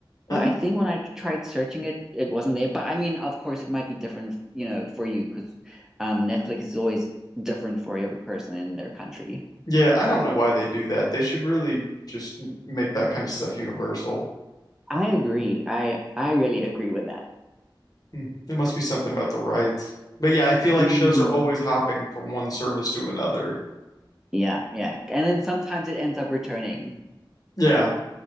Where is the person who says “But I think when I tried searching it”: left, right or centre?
Centre